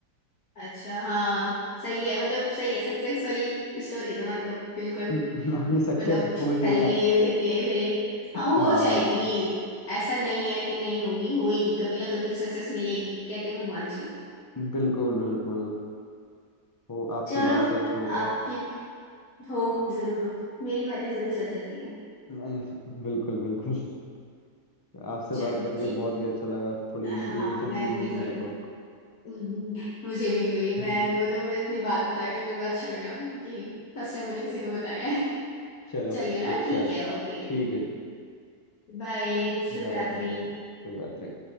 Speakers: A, on the left; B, on the left.
A: अच्छा हाँ सही है मतलब सही है सक्सेस वाली स्टोरी है तुम्हारी तो बिल्कुल
B: <laughs> अभी सक्सेस
A: मतलब
B: हो
A: पहले
B: ही कहा
A: ये फिर ये फिर ये हाँ हो
B: हाँ
A: जाएगी ऐसा नहीं है कि नहीं होगी होएगी कभी ना कभी तो सक्सेस मिलेगी कहते हैं भगवान जी
B: बिल्कुल बिल्कुल वो आपकी
A: चलो
B: बात सच हो जाए
A: आपकी होगी जरूर होगी मेरी बातें जरूर सच होती है
B: नहीं बिल्कुल बिल्कुल आपसे
A: चलो
B: बात करके
A: ठीक
B: बहुत ही अच्छा लगा थोड़ी
A: हाँ
B: मोटिवेशन
A: मैं
B: भी
A: भी
B: मिली मेरे
A: थोड़ी <laughs>
B: को
A: हम्म, मुझे भी मिली मैंने
B: <laughs>
A: मतलब मैं अपनी बात बता के मुझे बड़ा अच्छा लगा कि फर्स्ट टाइम मैंने किसी को बताया है
B: चलो
A: चलिए ना
B: अच्छा
A: ठीक
B: है
A: है ओके
B: ठीक है जी
A: बाय शुभ
B: Bye
A: रात्रि
B: bye शुभ रात्रि